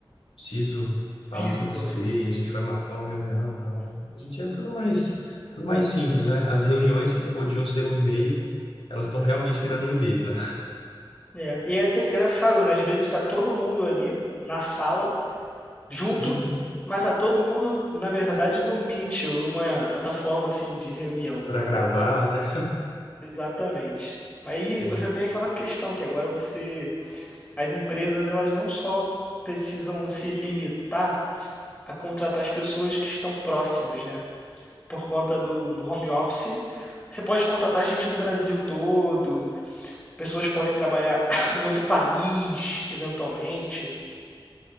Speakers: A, on the left; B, on the left.
A: preciso falar
B: físico,
A: com você
B: né?
A: e a gente vai marcar uma reunião, não. A gente é tudo mais, tudo mais simples, né? As reuniões que podiam ser um e-mail, elas estão realmente virando um e-mail, né?
B: É. E é até engraçado, né? Às vezes está todo mundo ali na sala junto,
A: Uhum.
B: matar todo mundo, na verdade, no Mitchell, numa plataforma assim de reunião.
A: Para gravar, né?
B: Exatamente. Mas Aí
A: É,
B: você tem aquela questão que agora você, as empresas elas não só precisam se limitar a contratar as pessoas que estão próximas, né? Por conta do, do home office, você pode contratar gente do Brasil todo, pessoas podem trabalhar <coughs> em outro país, eventualmente.